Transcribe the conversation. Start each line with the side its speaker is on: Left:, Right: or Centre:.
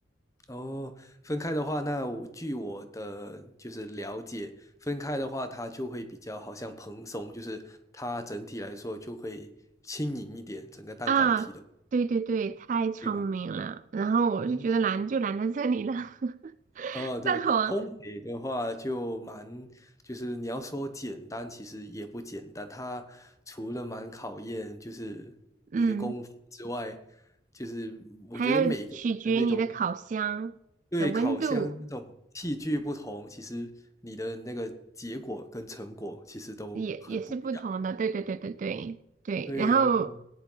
Left: 哦，分开的话，那我据我的就是了解，分开的话它就会比较好像蓬松，就是它整体来说就会轻盈一点，整个蛋糕体的，
Right: 啊，对对对，太聪明了，
Left: 对吧？
Right: 然后我就觉得难就难在这里了，
Left: 嗯。
Right: <laughs>
Left: 哦，对，
Right: 蛋黄，
Left: 烘焙的话就蛮，就是你要说简单，其实也不简单。它除了蛮考验就是你的功夫之外，
Right: 嗯，
Left: 就是我觉得每个人的那种
Right: 还要取决你的烤箱的温度。
Left: 对烤箱那种器具不同，其实你的那个结果跟成果其实都很不一样。
Right: 也也是不同的，对对对对对对，
Left: 对哦，
Right: 然后